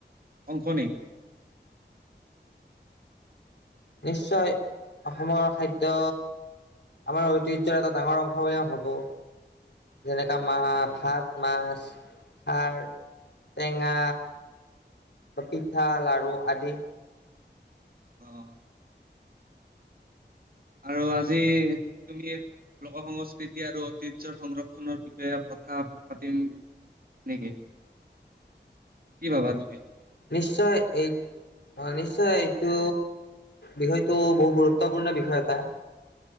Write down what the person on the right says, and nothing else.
অংশ নি?
অ', আৰু আজি তুমি লোক সংস্কৃতি আৰু ঐতিয্যৰ সংৰক্ষনৰ বিষয়ে কথা পাতিম। নেকি কি ভাবা তুমি?